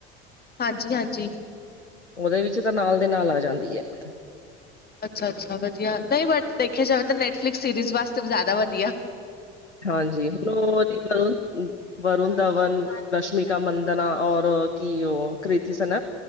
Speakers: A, on the left; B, on the left.
A: ਹਾਂਜੀ -ਹਾਂਜੀ।
B: ਉਹਦੇ ਵਿੱਚ ਤਾਂ ਨਾਲ ਦੇ ਨਾਲ ਆ ਜਾਂਦੀ ਹੈ।
A: ਅੱਛਾ- ਅੱਛਾ, ਵਧੀਆ ਨਹੀਂ, ਵੈਸੇ ਦੇਖਿਆ ਜਾਵੇ ਨੈਟਫਲਿਕਸ ਸੀਰੀ ਵਾਸਤੇ ਜਿਆਦਾ ਵਧੀਆ।
B: ਹਾਂਜੀ, ਹੁਣ ਉਹਦੀ। ਵਰੁਣ ਧਵਨ, ਰਸ਼ਮੀਿਕਾ ਮੰਦਨਾ ਔਰ ਕੀ ਉਹ। ਕ੍ਰਿਤੀ ਸਹਨ